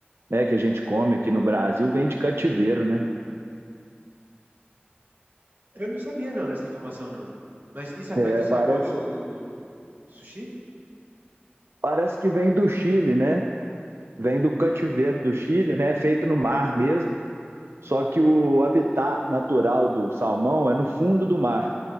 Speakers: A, on the right; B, on the right.
A: né, que a gente come aqui no Brasil, vem de cativeiro, né?
B: Eu não sabia não dessa informação não. Mas isso afeta
A: É,
B: o sabor
A: parece,
B: do, do, do sushi?
A: parece que vem do Chile, né? Vem do cativeiro do Chile, né? É Feito no mar mesmo. Só que o habitat natural do salmão é no fundo do mar.